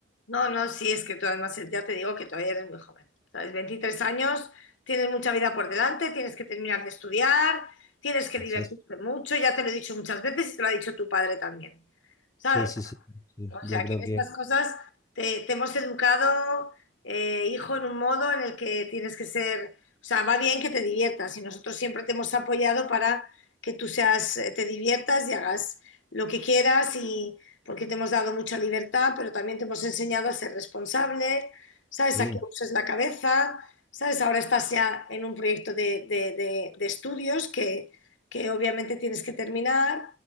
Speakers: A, on the left (about 80°); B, on the left (about 20°).
A: No, no, sí, es que tú además ya te digo que todavía eres muy joven. ¿Sabes? veintitrés años, tienes mucha vida por delante, tienes que terminar de estudiar, tienes que divertirte
B: Así es.
A: mucho, ya te lo he dicho muchas veces y te lo ha dicho tu padre también. ¿Sabes?
B: Sí, sí, sí, sí.
A: O
B: Yo
A: sea,
B: creo
A: que en estas
B: que
A: cosas te, te hemos educado, eh, hijo, en un modo en el que tienes que ser, o sea, va bien que te diviertas y nosotros siempre te hemos apoyado para que tú seas, eh, te diviertas y hagas lo que quieras y porque te hemos dado mucha libertad, pero también te hemos enseñado a ser responsable, ¿sabes?
B: sí.
A: A que uses la cabeza, ¿sabes? Ahora estás ya en un proyecto de, de- de- de estudios que, que obviamente tienes que terminar